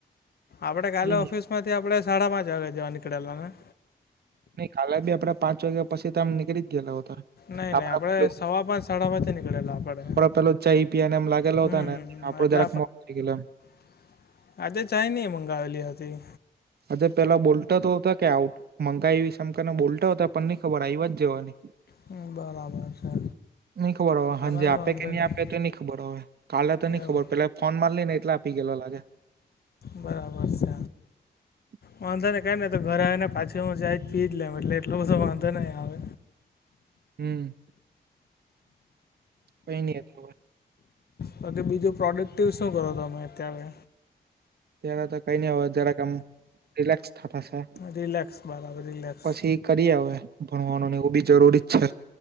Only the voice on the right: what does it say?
કઈ નઈ
નઈ કાલે બી આપડા પાંચ વાગ્યા પછી તો આમ નીકળી જ ગયેલા હતા
આપડ
પેલું
પેલું ચઈ પીને એમ લાગેલો
હતા ને આપડો
જરાક મોડું થઈ ગયેલું
આજે પેલા બોલતા તો હતા કે આઉટ મંગાવ સમ કેને બોલતા હતા પણ નઈ ખબર આવી જવાની
નઈ ખબર હો
હાજી આપે
કે નહી
આપે તો નહી ખબર હો કાલે તો નઈ
ખબર પેલા ફોન માર લ ને એટલે આપી ગે લાગે
<inaudible>
હમ કઈ નઈવે
ત્યારે તો કઈ નઈ હો જ્યારે કામ રિલેક્સ થતા જે
પછી કરી આવે ભણવાનુંને એ બી જરૂરી જ છે